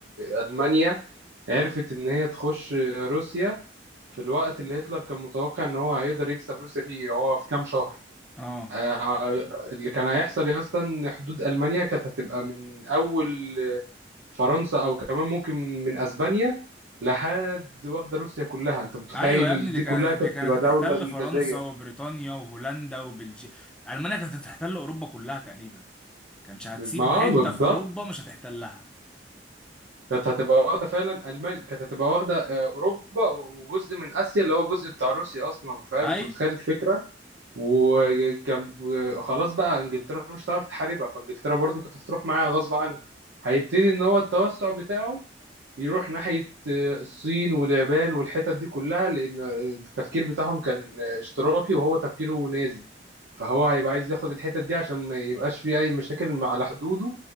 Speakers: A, on the right (about 80°); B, in the centre.
A: المانيا عرفت ان هي تخش روسيا في الوقت اللي هتلر كان متوقع ان هو هيقدر يكسب روسيا فيه هو في كام شهر
B: اه
A: آه، اللي كان هيحصل يا اسطى ان حدود المانيا كانت هتبقى من اول فرنسا او كمان ممكن من اسبانيا لحد واخده روسيا كلها انت متخيل
B: ايوه يا ابني دي
A: دي
B: كانت
A: كلها كانت
B: دي كانت
A: تبقى
B: هتحتل
A: دوله نموذجيه
B: فرنسا وبريطانيا وهولندا وبلجيكا المانيا كانت هتحتل اوروبا كلها تقريبا كانش هتسيب
A: بز- ما
B: حته
A: آه، ما بالظبط
B: في اوروبا مش هتحتلها
A: كانت هتبقى واخده فعلا المانيا كانت هتبقى واخده آه، اوروبا و- وجزء من اسيا اللي هو جزء بتاع روسيا اصلا فاهم
B: ايوه
A: انت متخيل الفكره وكان آه، خلاص بقى انجلترا مش هتعرف تحاربها فانجلترا برضو كانت هتروح معاها غصب عنها هيبتدي ان هو التوسع بتاعه يروح ناحيه الصين واليابان والحتت دي كلها لأن التفكير بتاعهم كان اشتراكي وهو تفكيره نازي فهو هيبقى عايز ياخد الحتت دي عشان ما يبقاش فيه أي مشاكل مع- على حدوده